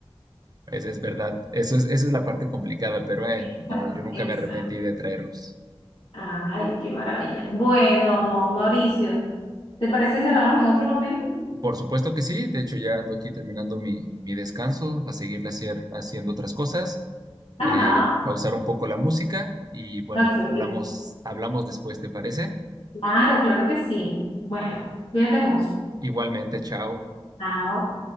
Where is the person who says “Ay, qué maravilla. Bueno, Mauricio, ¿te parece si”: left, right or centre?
Left